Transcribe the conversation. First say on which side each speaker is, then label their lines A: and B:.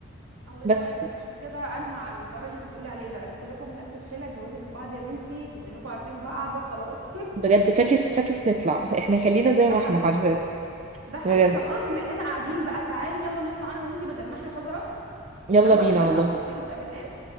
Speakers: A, on the right; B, on the right.
A: الله
B: بس
A: ينور عليكي عشان كده انا مع الحوار اللي انت بتقولي عليه ده انتوا كلكم من نفس الشله اتجوزوا من بعض يا بنتي بما انكم عارفين بعض وخلاص
B: بجد فاكس فاكس نطلع احنا خلينا
A: <laughs>
B: زي
A: ده
B: ما
A: حقيقي
B: احنا حرفيا
A: ده حقيقي
B: بجد
A: طب خلاص بما اننا قاعدين بقى تعالي يلا نطلع انا وانتي بدل ما احنا شجره
B: يلا
A: يلا
B: بينا
A: احنا بقالنا
B: والله
A: اصلا كتير ما اتقابلناش